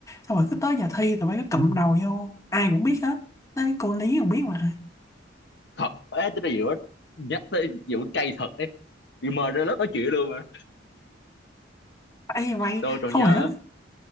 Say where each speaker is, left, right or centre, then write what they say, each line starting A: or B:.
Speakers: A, on the left (about 15°); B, on the left (about 60°).
A: xong rồi cứ tới giờ thi tụi bay cứ cụm đầu vô ai cũng biết hết tới cô Lý còn biết mà
B: thật bé tính điều á nhắc tới vụ cay thật ấy bị mời ra lớp nói chuyện luôn mà
A: ấy mày
B: tôi còn
A: không
B: nhớ
A: hiểu nữa.